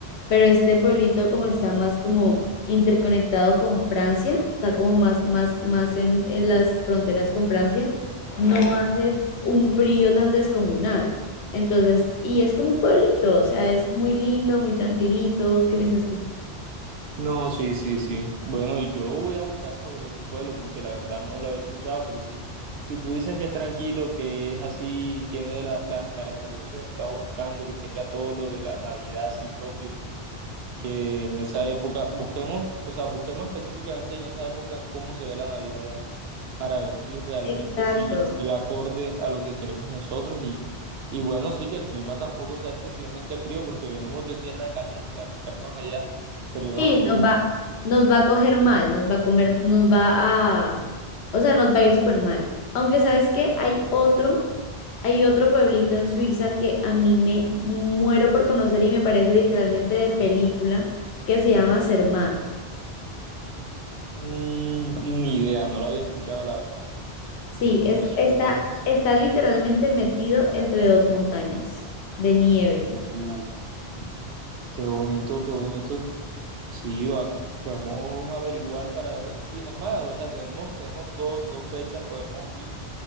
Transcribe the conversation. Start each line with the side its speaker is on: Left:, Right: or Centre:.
Left: pero este pueblito como está más como interconectado con Francia, está como más, más, más en, en las fronteras con Francia, no hace un frío tan descomunal. Entonces, y es como un pueblito, o sea, es muy lindo, muy tranquilito. ¿Qué piensas tú?
Right: No, sí, sí, sí. Bueno, yo voy a buscar sobre ese pueblo porque la verdad no lo había escuchado, pero sí, si tú dices que es tranquilo, que es así, tiene la- las características que estamos buscando, que tenga todo lo de la Navidad así propio. que en esa época busquemos, o sea, busquemos específicamente en esa época cómo se ve la Navidad ya, para ver si realmente
Left: Exacto.
Right: sí, sí va acorde a lo que queremos nosotros y, y bueno, sí que el clima tampoco sea excesivamente frío porque venimos de tierra caliente a meternos allá, sería una
Left: Sí,
Right: locura.
Left: nos va, nos va a coger mal, nos va a comer, nos va a, o sea, nos va a ir súper mal. Aunque sabes que hay otro, hay otro pueblito en Suiza que a mí me muero por conocer y me parece literalmente de película, que se llama Zermatt.
Right: Mm, ni idea, no lo había escuchado la verdad,
Left: Sí,
Right: no
Left: es,
Right: sé
Left: está,
Right: cuál es ese.
Left: está literalmente metido entre dos montañas de nieve.
Right: Uf, qué bonito, qué bonito. Sí, va- vamos a averiguar para ver. Y es más, o sea, tenemos, tenemos dos dos fechas, podemos ir